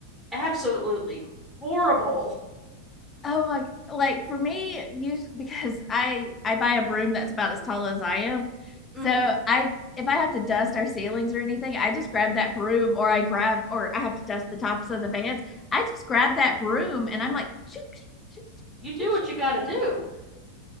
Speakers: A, in the centre; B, on the left.
A: absolutely horrible.
B: Oh my, like for me, use because I I buy a broom that's about as tall as I am.
A: Mm-hmm.
B: So I if I have to dust our ceilings or anything, I just grab that broom or I grab or I have to dust the tops of the fans. I just grab that broom and I'm like, shoot, shoot, shoot, shoot,
A: You do
B: shoot,
A: what
B: shoot.
A: you got to do.